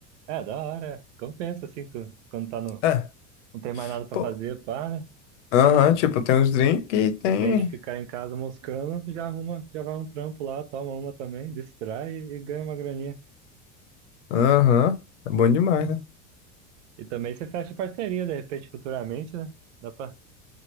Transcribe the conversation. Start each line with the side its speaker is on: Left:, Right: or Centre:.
Right: É, da hora. é. Compensa, assim, quando quando tá no.
Left: É,
Right: Não tem mais nada pra
Left: pô.
Right: fazer, pá, né?
Left: Aham, tipo, tem os drinks e tem.
Right: Em vez de ficar em casa moscando, já arruma, já vai um trampo lá, toma uma também, distrai e, e ganha uma graninha.
Left: Aham, é bom demais, né?
Right: E também você fecha parceria, de repente, futuramente, né? Dá pra